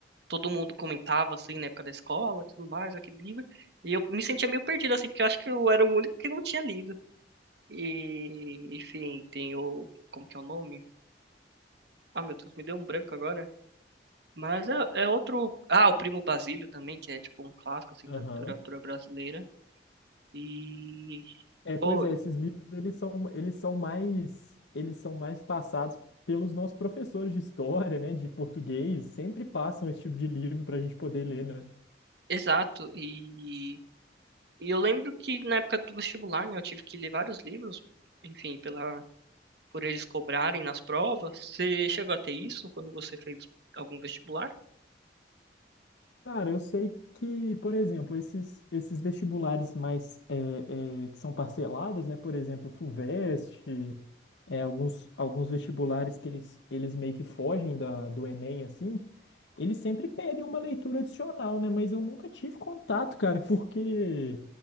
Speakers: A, on the right; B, on the left.
A: todo mundo comentava, assim, na época da escola, tudo mais, aquele livro. E eu me sentia meio perdido, assim, porque eu acho que eu era o único que não tinha lido. E, enfim, tem o... Como que é o nome? Ah, meu Deus, me deu um branco agora. Mas é, é outro... Ah, o Primo Basílio também, que é, tipo, um clássico, assim,
B: Aham.
A: da literatura brasileira. E...
B: É, pois
A: Pô,
B: é, esses livros, eles são, eles são mais, eles são mais passados pelos nossos professores de história, né, de português, sempre passam esse tipo de livro para a gente poder ler, né?
A: exato. E... E eu lembro que na época do vestibular, né, eu tive que ler vários livros, enfim, pela por eles cobrarem nas provas. Você chegou a ter isso quando você fez algum vestibular?
B: Cara, eu sei que, por exemplo, esses, esses vestibulares mais é, é, que são parcelados, né? Por exemplo, o FUVEST, é, alguns, alguns vestibulares que eles, eles meio que fogem da, do Enem, assim, eles sempre pedem uma leitura adicional, né? Mas eu nunca tive contato, cara, porque